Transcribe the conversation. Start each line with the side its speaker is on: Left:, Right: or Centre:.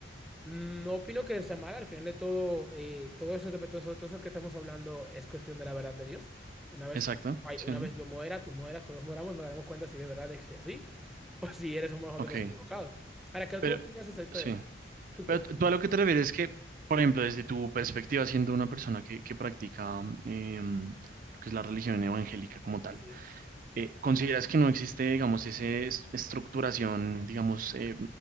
Centre: mm, no opino que sea mal, al final de todo, eh, todo eso, todo eso, todo eso que estamos hablando es cuestión de la verdad de Dios. Una vez,
Right: Exacto.
Centre: ay,
Right: Sí.
Centre: una vez yo muera, tú mueras, todos moramos, nos daremos cuenta si de verdad es así <laughs> o si eres somos nosotros
Right: Ok.
Centre: los equivocados. Ahora, ¿qué
Right: Pero,
Centre: tú opinas acerca
Right: sí.
Centre: de eso? ¿Tú qué
Right: Pero
Centre: opinas?
Right: tú tú a lo que te refieres es que, por ejemplo, desde tu perspectiva, siendo una persona que, que practica em, lo que es la religión evangélica como tal,
Centre: Sí, sí.
Right: eh, ¿consideras que no existe, digamos, esa estructuración, digamos, eh,